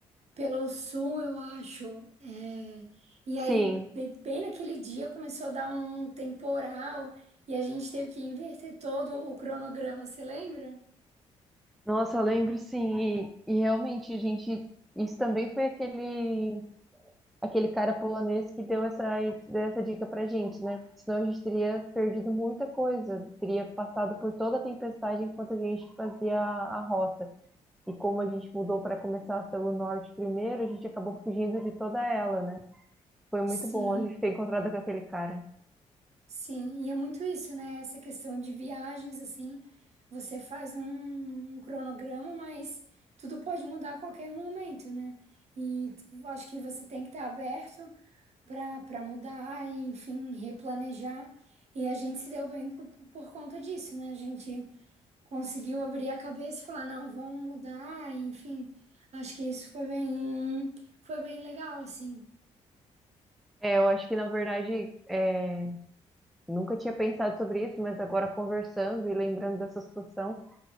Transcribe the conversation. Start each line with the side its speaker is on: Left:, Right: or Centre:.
Right: pelo sul, eu acho. É, E
Centre: Sim.
Right: aí, be- bem naquele dia, começou a dar um temporal e a gente teve que inverter todo o cronograma, você lembra?
Centre: Nossa, eu lembro sim, e, e realmente, gente, isso também foi aquele aquele cara polonês que deu essa, deu essa dica pra gente, né? Porque Senão a gente teria perdido muita coisa, teria passado por toda a tempestade enquanto a gente fazia a, a rota. E como a gente mudou para começar pelo norte primeiro, a gente acabou fugindo de toda ela, né? Foi muito
Right: Sim,
Centre: bom a gente ter encontrado com aquele cara.
Right: sim. E é muito isso, né? Essa questão de viagens, assim, você faz um um cronograma, mas tudo pode mudar a qualquer momento, né? E t- acho que você tem que estar aberto. para para mudar, e, enfim, replanejar. E a gente se deu bem por, por conta disso, né? A gente conseguiu abrir a cabeça e falar, não, vamos mudar, e, enfim. Acho que isso foi bem, foi bem legal, assim.
Centre: É, eu acho que na verdade é, nunca tinha pensado sobre isso, mas agora conversando e lembrando dessa situação.